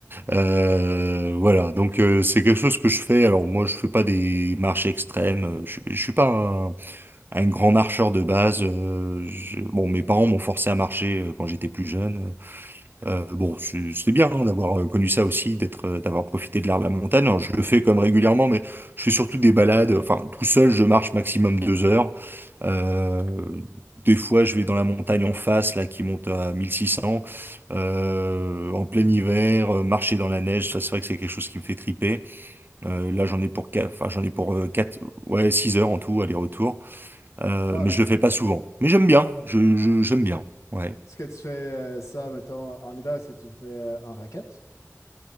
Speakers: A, on the right; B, on the left.
A: Euh, voilà, donc euh, c'est quelque chose que je fais. Alors moi je fais pas des marches extrêmes, euh, je, je suis pas un, un grand marcheur de base. euh, je- Bon mes parents m'ont forcé à marcher euh, quand j'étais plus jeune. Euh, bon, c'est- c'était bien hein, d'avoir euh, connu ça aussi, d'être, euh, d'avoir profité de l'art de la montagne. Alors, je le fais comme régulièrement, mais je fais surtout des balades. Enfin, tout seul, je marche maximum deux heures. Euh, des fois, je vais dans la montagne en face, là, qui monte à 1600. Euh, en plein
B: Hmm.
A: hiver, euh, marcher dans la neige, ça, c'est vrai que c'est quelque chose qui me fait triper. Euh, là, j'en ai pour quatre, enfin, j'en ai pour euh, quatre, ouais, six heures en tout, aller-retour. Euh,
B: Ah,
A: mais
B: nice.
A: je le fais pas souvent. Mais j'aime bien. Je, je- j'aime bien. Ouais.
B: Est-ce que tu fais euh, ça, mettons, en hiver, est-ce que tu le fais euh, en raquette?